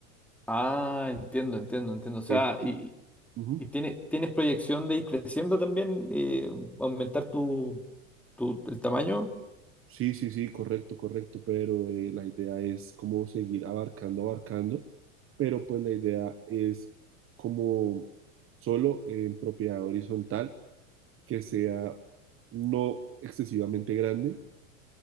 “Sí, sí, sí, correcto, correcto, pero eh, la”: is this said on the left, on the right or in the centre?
Right